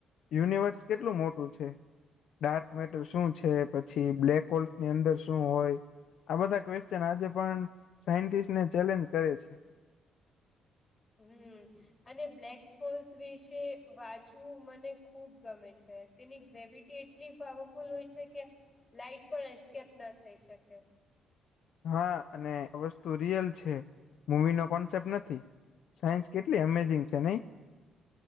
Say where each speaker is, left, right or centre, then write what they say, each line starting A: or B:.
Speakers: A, on the left; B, on the left.
A: યુનિવર્સ કેટલું મોટું છે. ડાર્ક મેટર શું છે. પછી બ્લેક હોલ્ફની અંદર શું હોય આ બધાં ક્વેશ્ચન આજે પણ સાયન્ટિસ્ટને ચેલેન્જ કરે છે.
B: હમ. અને બ્લેક હોલ્સ વિશે વાચવું મને ખુબ ગમે છે. તેની ગ્રેવિટી એટલી પાવરફુલ હોય છે કે લાઈટ પણ એસ્કેપ ના થઈ શકે.
A: હા, અને વસ્તુ રીયલ છે. મુવીનો કોન્સેપ્ટ નથી. સાયન્સ કેટલી અમેઝિંગ છે નહી!